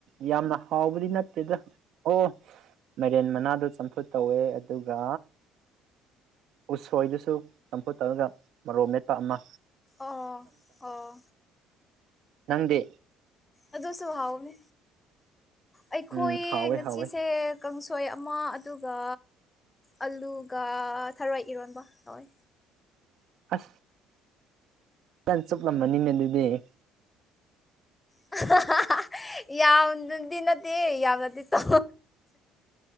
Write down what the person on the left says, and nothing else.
ꯑꯣ ꯑꯣ
ꯑꯗꯣ ꯁꯍꯥꯎꯅꯦ ꯑꯩꯈꯣꯏ
ꯉꯁꯤꯁꯦ
ꯀꯥꯡꯁꯣꯏ ꯑꯃ ꯑꯗꯨꯒ ꯑꯂꯨꯒ ꯊꯔꯏ ꯏꯔꯣꯟꯕ ꯍꯣꯏ
<unintelligible> ꯌꯥꯝ ꯅꯗꯤ ꯅꯠꯇꯦ ꯌꯥꯝ ꯅꯗꯤ ꯇ